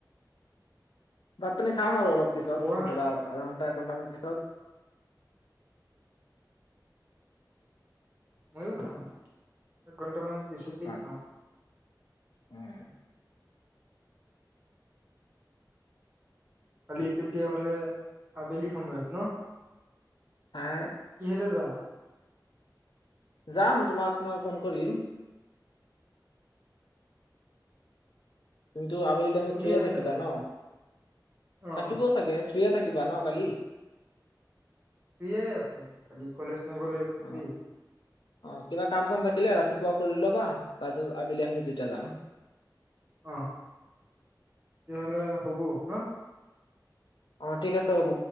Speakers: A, on the left; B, on the right.
A: ভাত পানী খাম আৰু অলপ পিছত
B: খোৱা
A: ধৰা <inaudible> <unintelligible> ঘন্টামান পিছত।
B: মইয়ো খাম, এক ঘণ্টা মান পিছতে
A: হয়
B: খাম।
A: উম।
B: কালি তেতিয়াহ'লে আবেলি সময়ত ন'?
A: হাই
B: কিহেৰে যাম?
A: যাম তোমাক মই ফোন কৰিম। কিন্তু আবেলি টাইমত
B: স্কুটি
A: ফ্ৰিয়ে
B: আছে
A: থাকিবা ন'?
B: অ
A: থাকিবও চাগে। ফ্ৰিয়ে থাকিবা ন' কালি?
B: ফ্ৰিয়ে আছোঁ কালি কলেজ নগলে ফ্ৰী
A: অ', অ', কিবা কাম চাম থাকিলে ৰাতিপুৱা কৰি ল'বা, তাৰপিছত আবেলি আমি দুইটা যাম।
B: অ', তেতিয়াহ'লে হ'ব হা।
A: অ', ঠিক আছে। হ'ব।